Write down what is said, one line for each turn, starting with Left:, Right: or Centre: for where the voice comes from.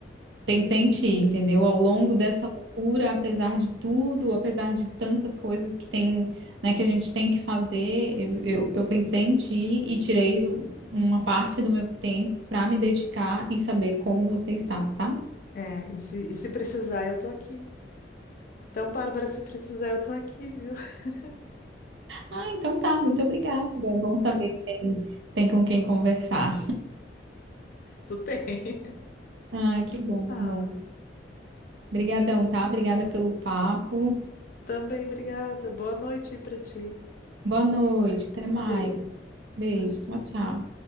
Right: pensei em ti, entendeu? Ao longo dessa loucura, apesar de tudo, apesar de tantas coisas que tem, né, que a gente tem que fazer, eu, eu, eu pensei em ti e tirei uma parte do meu tempo para me dedicar e saber como você está, sabe?
Left: É, e se, e se precisar, eu tô aqui. Então, Bárbara, se precisar, eu tô aqui, viu? <laughs>
Right: Ah, então tá, muito obrigada. É bom saber que tem, tem com quem conversar.
Left: Tu tem. <laughs>
Right: Ah, que bom,
Left: Ah,
Right: que bom. Obrigadão,
Left: bom,
Right: tá? Obrigada pelo papo.
Left: também, obrigada. Boa noite aí pra ti.
Right: Boa noite, até
Left: Um
Right: mais.
Left: beijo.
Right: Beijo,
Left: Tchau.
Right: tchau, tchau.